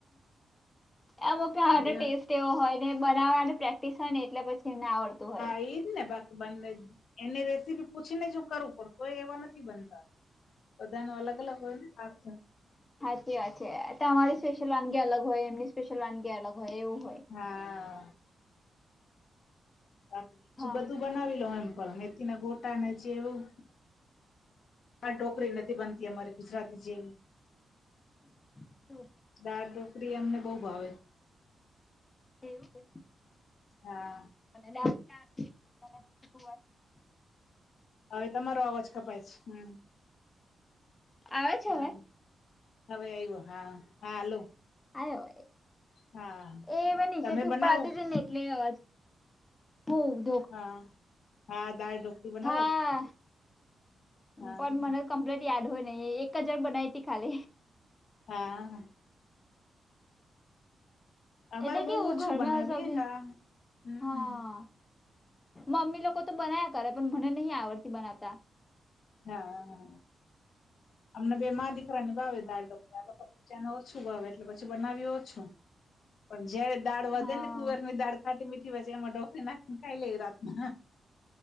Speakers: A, on the left; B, on the left.
A: અમુક
B: પણ
A: આો ટેસ્ટ
B: એ
A: એવો હોય ને બનાવવાનું પ્રેક્ટિસ હોય ને એટલે પછી એમને આવડતું હોય.
B: એજને <unintelligible> બંને એને રેસીપી પૂછીને જ હું કરું પડ તો એ એવા નથી બનતા. બધા ન અલગ અલગ હોય પા.
A: સાાચી વાત છે તમારી સ્પેશિયલ વાનગી અલગ હોય એમની સ્પેશિયલ વાનગી અલગ હોય એવું હોય.
B: હા. બાકી બીજું
A: હા
B: બધું બનાવી લો એમ. પણ અમેથીને ગોટા ન જે એવું આ ોકરી નથી બનતી અમારી. ગુજરાતી જેવી.
A: મીઠું
B: દાળ ઢોકરી અમને બહ ભાવે.
A: એવું.
B: હા.
A: અને <unintelligible>
B: હવે તમારો અવાજ કપાય છે હમ.
A: આવે છે
B: હા
A: હવે
B: હવે આયવો. હા હાલો.
A: આ
B: હા
A: એ મેં નીચેથી
B: તમે
A: ઉપર
B: બનાવો
A: આવતી તી ને એટલે એ અવાજ <unintelligible>
B: હા, હા દાળ ઢોકળી બનાવો.
A: હા
B: હા
A: પણ મને કમ્પ્લીટ યાદ હોય નહી એક હજાર બનાતી ખાલી.
B: હા અમારે
A: એટલે
B: બહુ
A: કેવું
B: ઓછું
A: ઘરમાં
B: બનાવીએ
A: સૌથી
B: હા હમ
A: હા. મમ્મી લોકો તો બના્યા કરે પણ મને નહી આવડતી બનાવતા.
B: હા અમને બે માં દીકરા ની ભાવે દાળ ઢોકળ પપીચાને ઓછું ભાવે એટલે પછી બનાવ્યું ઓછું. પણ જયારે દાળ વધે
A: હા
B: ને તુવેર ની દાળ ખાટી મીઠી વજે એમાં ઢોકરી નાખીને ખાઈ લે રાતના.